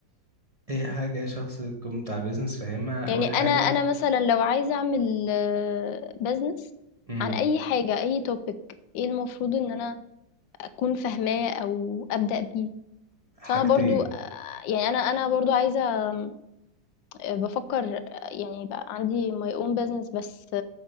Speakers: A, on the right; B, on the left.
A: اي حاجة شخص يكون بتاع بيزنس فاهمها اول
B: يعني انا
A: حاجة
B: انا مثلا لو عايزة اعمل بيزنس
A: امم
B: عن اي حاجة اي توبيك ايه المفروض ان انا اكون فاهماه او ابدأ بيه
A: حاجتين
B: بس انا برضو يعني انا انا برضو عايزه آه، بفكر آه، يعني يبقى عندي my own business بس